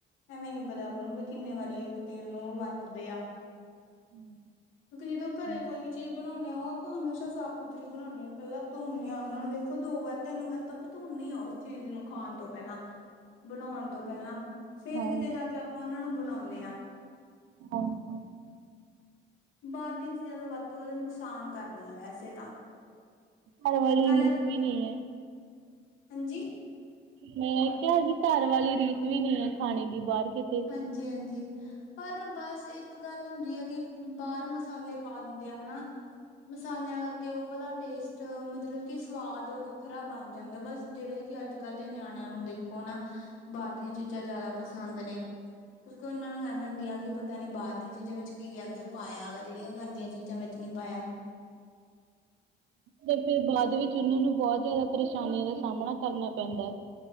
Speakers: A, on the left; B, on the right.
A: ਐਵੇਂ ਨੀ ਪਤਾ ਆਪਾਂ ਨੂੰ ਵੀ ਕਿੰਨੇ ਵਾਰੀ ਤੇਲ ਨੂੰ ਵਰਤਦੇ ਆ।
B: ਹਾਂ
A: ਕਿਉਂਕਿ ਜਦੋਂ ਘਰੇ ਕੋਈ
B: <inaudible>
A: ਵੀ ਚੀਜ਼ ਬਣਾਉਂਦੇ ਉਹ ਆਪਾਂ ਹਮੇਸ਼ਾ ਸਾਫ਼ ਸੁਥਰੀ ਬਣਾਉਂਨੇ ਆ। ਪਹਿਲਾਂ ਧੋਂਨੇ ਆ ਉਹਨਾਂ ਨੂੰ ਦੇਖੋ ਦੋ ਵਾਰ, ਤਿੰਨ ਵਾਰ ਤਪ ਧੋਨੀ ਆ ਉਸ ਚੀਜ਼ ਨੂੰ ਖਾਣ ਤੋਂ ਪਹਿਲਾਂ। ਬਣਾਉਣ ਤੋਂ ਪਹਿਲਾਂ ਫੇਰ
B: ਹਾਂਜੀ
A: ਕਿਤੇ ਜਾ ਕੇ ਆਪਾਂ ਉਹਨਾਂ ਨੂੰ ਬਣਾ਼ਦੇ ਆ।
B: ਹਾ, ਹਾ
A: ਬਾਹਰ ਦੀਆਂ ਚੀਜ਼ਾਂ ਦਾ ਵੱਧ ਤੋਂ ਵੱਧ ਨੁਕਸਾਨ ਕਰਦੀਆਂ ਵੈਸੇ ਤਾਂ।
B: ਘਰ ਵਾਲੀ
A: ਨਾਲੇ
B: ਰੀਸ
A: ਆਪਾਂ
B: ਵੀ ਨੀ ਐ।
A: ਹਾਂਜੀ?
B: ਮੈਂ ਕਿਹਾ ਜ ਘਰ ਵਾਲੀ ਰੀਸ ਵੀ ਨੀ ਐ ਖਾਣੇ ਦੀ ਬਾਹਰ ਕਿਤੇ।
A: ਹਾਂਜੀ, ਹਾਂਜੀ। ਪਰ ਬਸ ਇੱਕ ਗੱਲ ਹੁੰਦੀ ਹੈ ਕਿ ਬਾਹਰ ਮਸਾਲੇ ਪਾ ਦਿੰਦੇ ਆ ਹਨਾ। ਮਸਾਲਿਆਂ ਕਰਕੇ ਉਹ ਵਾਲਾ ਟੇਸਟ ਮਤਲਬ ਕਿ ਸਵਾਦ ਵੱਖਰਾ ਬਣ ਜਾਂਦਾ ਬਸ। ਜਿਹੜੇ ਕਿ ਅੱਜ-ਕੱਲ ਦੇ ਨਿਆਣਿਆਂ ਨੂੰ ਦੇਖੋ ਨਾ ਬਾਹਰ ਦੀਆਂ ਚੀਜ਼ਾਂ ਜ਼ਿਆਦਾ ਪਸੰਦ ਨੇ। ਕਿਉਂਕਿ ਉਹਨਾਂ ਨੂੰ ਐਵੇਂ ਹੁੰਦੀ ਆ ਕਿ ਪਤਾ ਨੀ ਬਾਹਰ ਦੀਆਂ ਚੀਜ਼ਾਂ ਵਿੱਚ ਕੀ ਹੈ ਜਾਂ ਪਾਇਆ ਵਾ ਜਿਹੜੀਆਂ ਘਰ ਦੀਆਂ ਚੀਜ਼ਾਂ ਵਿੱਚ ਨਹੀਂ ਪਾਇਆ।
B: ਤੇ ਫਿਰ ਬਾਅਦ ਵਿੱਚ ਓਨਾਂ ਨੂੰ ਬਹੁਤ ਜਿਆਦਾ ਪਰੇਸ਼ਾਨੀਆਂ ਦਾ ਸਾਹਮਣਾ ਕਰਨਾ ਪੈਂਦੈ।